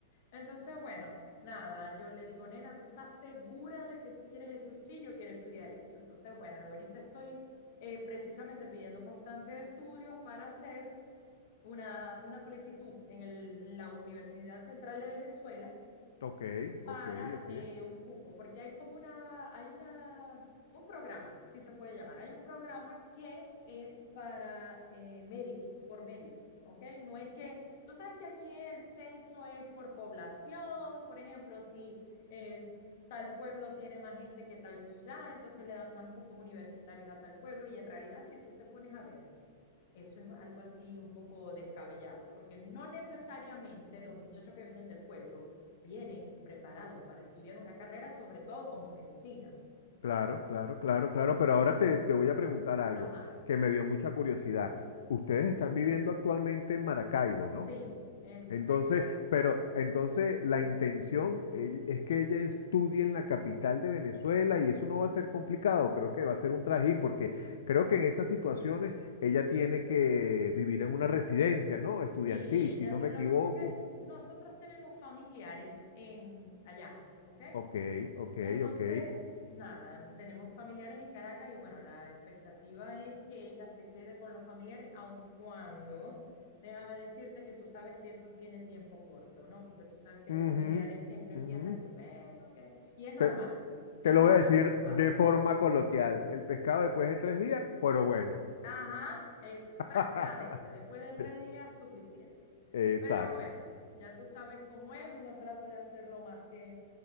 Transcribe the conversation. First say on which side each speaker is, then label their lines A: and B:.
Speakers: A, on the left; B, on the left.
A: Entonces, bueno, nada, yo le digo, nena, ¿tú estás segura de que tú quieres eso? Sí, yo quiero estudiar eso. Entonces, bueno, ahorita estoy eh, precisamente pidiendo constancia de estudios para hacer una, una solicitud en el- en la Universidad Central de Venezuela
B: Ok,
A: para
B: ok, ok.
A: eh, un cupo, porque hay como una, hay una, un programa, si se puede llamar, hay un programa que es para eh, mérito, por mérito, ¿ok? No es que, tú sabes que aquí el censo es por población, por ejemplo, si es, tal pueblo tiene más gente que tal ciudad, entonces le dan más cupos universitarios a tal pueblo, y en realidad si tú te pones a ver, eso es algo así un poco descabellado, porque no necesariamente los muchachos que vienen del pueblo vienen preparados para estudiar una carrera, sobre todo como medicina.
B: Claro, claro, claro, claro, pero ahora te, te voy a preguntar algo
A: Ajá,
B: que me dio mucha curiosidad. Ustedes están viviendo actualmente en Maracaibo, ¿no?
A: sí, eh,
B: Entonces,
A: exacto.
B: pero entonces la intención eh, es que ella estudie en la capital de Venezuela y eso no va a ser complicado, creo que va a ser un trajín, porque creo que en esas situaciones ella tiene que vivir en una residencia, ¿no? Estudiantil,
A: Sí, ella
B: si no
A: tiene,
B: me equivoco.
A: lo que pasa es que nosotros tenemos familiares en allá, ¿ok?
B: Ok, ok,
A: Entonces,
B: ok.
A: nada, tenemos familiares en Caracas y bueno, la expectativa es que ella se quede con los familiares, aun cuando, déjame decirte que tú sabes que eso tiene tiempo corto, ¿no? Porque tú sabes que los
B: Ujú,
A: familiares siempre empiezan
B: ujú.
A: que bueno, que... Y es normal,
B: Te- Te
A: es
B: lo
A: normal,
B: voy a decir
A: eso pasa.
B: de forma coloquial. El pescado después de tres días, pero bueno.
A: Ajá, exactamente.
B: <laughs>
A: Después de tres días, suficiente.
B: Exacto.
A: Pero bueno, ya tú sabes cómo es, uno trata de hacer lo más que,